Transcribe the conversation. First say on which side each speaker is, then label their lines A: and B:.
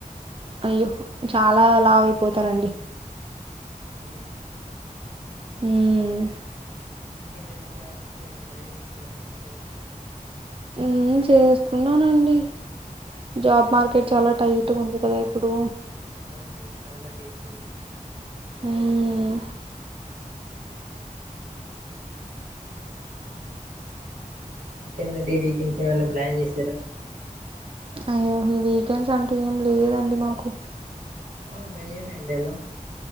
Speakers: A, on the right; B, on the right.
A: అయ్యో చాలా లావు అయిపోతారండి
B: అ
A: హమ్
B: ఏంటండి జాబ్స్ కి ఏమనా ట్రై చేస్తున్నారా లేదని
A: మ్.. చేస్తున్నానండి జాబ్ మార్కెట్
B: అవు-
A: చాలా టైట్ ఉంది కదా ఇప్పుడు
B: అవునండి చాలా టేక్ ఉంది
A: ఉమ్
B: ఇకంటంటే వీకెండ్స్ ఏమైన్నా ప్లాన్ చేసరా
A: అయ్యో ఈ వీకెండ్స్ అంటే ఏం లేదండి మాకు
B: అవునా ఏం పెట్టారు